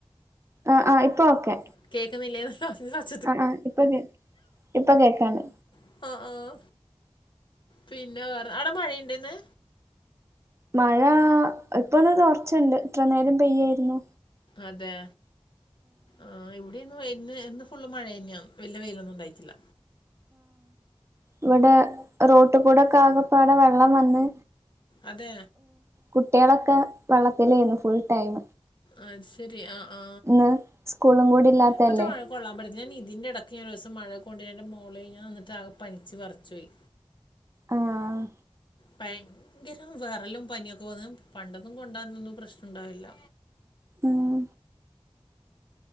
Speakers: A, on the right; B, on the left.
A: ആ ആ ഇപ്പ ഓക്കെ.
B: കേൾക്കുന്നില്ല <inaudible>
A: ആ ആ ഇപ്പൊ കേ ഇപ്പൊ കേക്കാണ്
B: ആഹ ആഹ പിന്നെ വേറെ അവിടെ മഴയുണ്ടന്ന്
A: മഴ ഇപ്പഒന്ന് തോർച്ചണ്ട് ഇത്ര നേരം പെയ്യാരുന്നു
B: അതെ ആഹ് ഇവിടെ ഇന്ന് ഇന്ന് ഫുള്ള് മഴന്നെയാ വല്യ വെയിലൊന്നും ണ്ടായിട്ടില്ല
A: ഇവ്ടെ റോട്ട്ക്കൂടെക്കെ ആകപ്പാടെ വെള്ളം വന്ന്
B: അതെ
A: കുട്ടികളൊക്കെ വെള്ളത്തില്ലായിന്നു ഫുൾ ടൈം.
B: അത് ശെരി ആ ആ
A: ഇന്ന് സ്കൂളും കൂടി ഇല്ലാത്തല്ലേ
B: ഇപ്പത്തെ മഴ കൊള്ളാമ്പത്ത് ഞാൻ ഇതിൻ്റെടക്ക് ഞാൻ ഒരുസം മഴ കൊണ്ട് എന്റെ മോളെ ഞാൻ എന്നിട്ടാകെ പനിച്ച് വെറച്ച് പോയി
A: ആഹ്
B: ഭയങ്കര വെറലും പനിയൊക്കെ വന്ന് പണ്ടൊന്നും കൊണ്ടാ അതൊന്നും പ്രശ്നം ണ്ടാവില്ല
A: ഉം